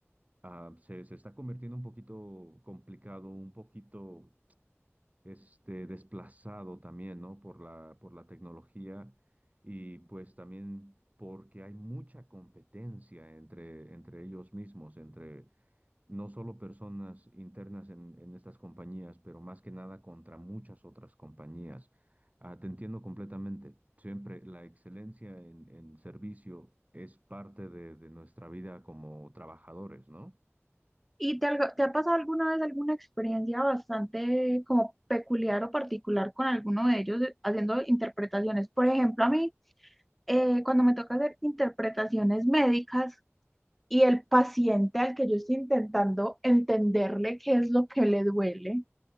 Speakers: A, on the right; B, in the centre.
A: ah, se, se está convirtiendo un poquito complicado, un poquito este, desplazado también, ¿no? Por la, por la tecnología y pues también porque hay mucha competencia entre, entre ellos mismos, entre no solo personas internas en, en estas compañías, pero más que nada contra muchas otras compañías. Ah, te entiendo completamente. Siempre la excelencia en, en servicio es parte de, de nuestra vida como trabajadores, ¿no?
B: ¿Y te, algo- te ha pasado alguna vez alguna experiencia bastante como peculiar o particular con alguno de ellos eh, haciendo interpretaciones? Por ejemplo, a mí, eh, cuando me toca hacer interpretaciones médicas, y el paciente al que yo estoy intentando entenderle qué es lo que le duele.